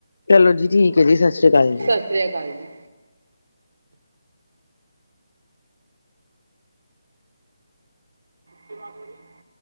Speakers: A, on the left; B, on the right.
A: ਚਲੋ ਜੀ ਠੀਕ ਹੈ, ਜੀ ਸਤਿ ਸ੍ਰੀ ਅਕਾਲ ਜੀ।
B: ਸਤਿ ਸ਼੍ਰੀ ਅਕਾਲ ਜੀ। ਕੀ ਬਾਤ ਹੋ ਰਹਿ